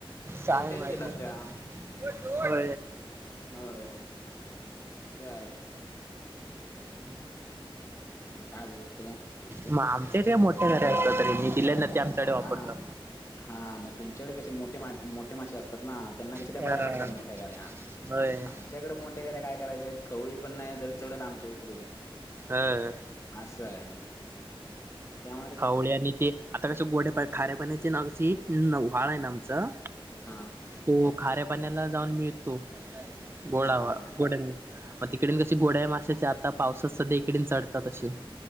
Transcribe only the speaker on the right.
काय
माहिित
नाही
हो
मग आमच्याकडे मोठ्या घर्या असतो त मी दिल्यांद ते आमच्याकडे वापरतो
अ
होय
ह
ळ ते आता कस गोडे्याप खारेपणाचे ना कशी व्हाळ आहे ना आमचं
त खारे पाण्याला जाऊन मिळतो गोडवा
गोड मग तिकडन कशी गोड्या माश्याच्या आता पावसच सध्या इकडे चढत तसे